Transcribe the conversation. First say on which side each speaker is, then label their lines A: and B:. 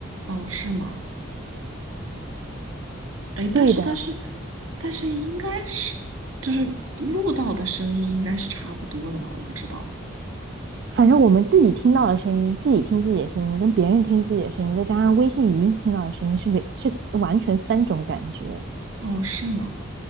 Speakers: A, on the right (about 80°); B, on the right (about 55°).
A: 哦，是吗？哎，
B: 对的，
A: 但是但是但是应该是就是录到的声音应该是差不多的吧？我不知道。
B: 反正我们自己听到的声音，自己听自己的声音，跟别人听自己的声音，再加上微信语音听到的声音是，是完全三种感觉。
A: 哦，是吗？